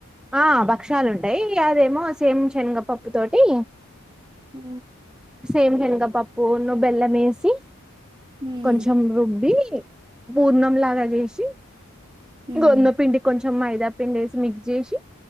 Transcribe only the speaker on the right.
హు
మ్మ్
మ్మ్